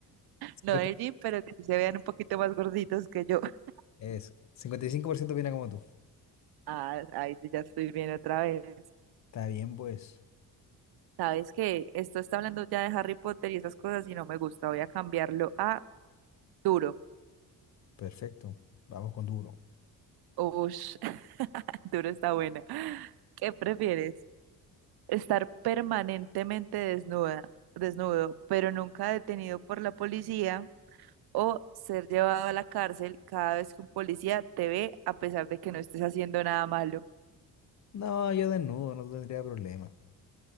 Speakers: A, on the left; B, on the right.
A: 50
B: No del gym, pero que sí se vean un poquito más gorditos que yo. <laughs>
A: Eso. cincuenta y cinco por ciento viene como tú.
B: Ah, ay, sí, ya estoy bien otra vez.
A: Está bien, pues.
B: Sabes que esto está hablando ya de Harry Potter y esas cosas y no me gusta, voy a cambiarlo a duro.
A: Perfecto. Vamos con duro.
B: Ush, Duro está buena. ¿Qué prefieres? ¿Estar permanentemente desnuda, desnudo, pero nunca detenido por la policía? ¿O ser llevado a la cárcel cada vez que un policía te ve a pesar de que no estés haciendo nada malo?
A: No, yo desnudo, no tendría problema.